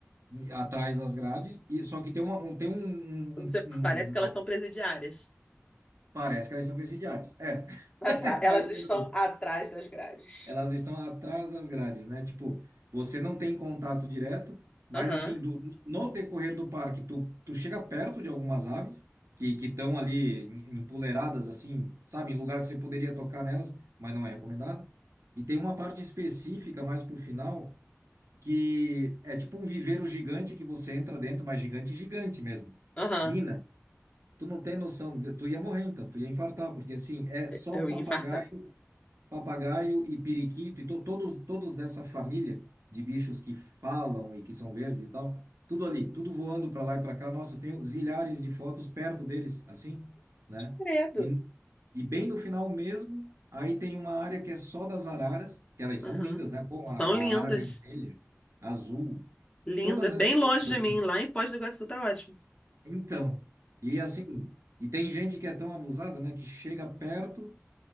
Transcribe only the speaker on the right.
atrás das grades, e, só que tem uma, um, tem um, um-
um- um,
uma-
parece que elas são presidiárias, é,
<laughs>
mais ou
menos isso.
elas estão atrás das grades, né? Tipo, você não tem contato direto, mas
assim, do- no decorrer do parque, tu, tu chega perto de algumas aves que que estão ali em- empoleiradas, assim, sabe, em lugar que você poderia tocar nelas, mas não é recomendado. E tem uma parte específica mais pro final que é tipo um viveiro gigante que você entra dentro, mas gigante, gigante mesmo.
Nina, tu não tem noção, tu ia morrer então, tu ia infartar, porque assim, é só
papagaio.
Papagaio e periquito, e to- todos, todos dessa família de bichos que falam e que são verdes e tal, tudo ali, tudo voando para lá e para cá. Nossa, eu tenho zilhares de fotos perto deles, assim, né?
E, e bem no final mesmo, aí tem uma área que é só das araras, que elas
são lindas, né? Pô,
a, a
arara vermelha, azul,
todas
ali soltas,
assim.
Então, e assim, e tem gente que é tão abusada, né, que chega perto